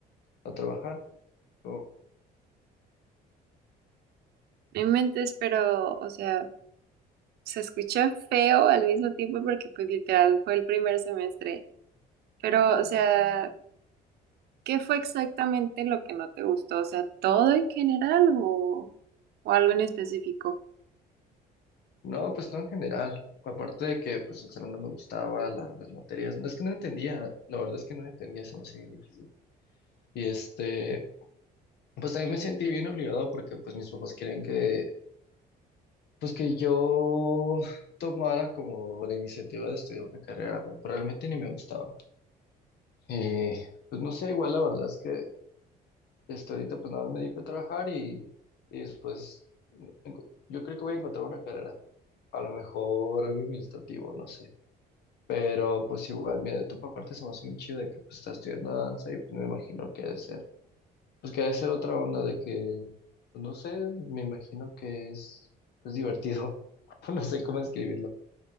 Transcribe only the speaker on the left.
a trabajar. Como-
No, pues no en general. Aparte de que pues el salón no me gustaba, la- las materias, no es que no entendía, la verdad es que no entendía, se me hacía bien difícil. Y este, pues también me sentí bien obligado porque pues mis papás querían que Pues que yo tomara como la iniciativa de estudiar una carrera, pero realmente ni me gustaba. Y pues no sé, igual la verdad es que hasta ahorita pues nada más me dedico a trabajar y, y después enco- yo creo que voy a encontrar una carrera, a lo mejor algo administrativo, no sé. Pero pues igual, mira, de tu parte se me hace bien chido de que pues estás estudiando danza y pues me imagino que debe ser, pues que debe ser otra onda de que, pues, no sé, me imagino que es, es divertido, <laughs> no sé cómo escribirlo.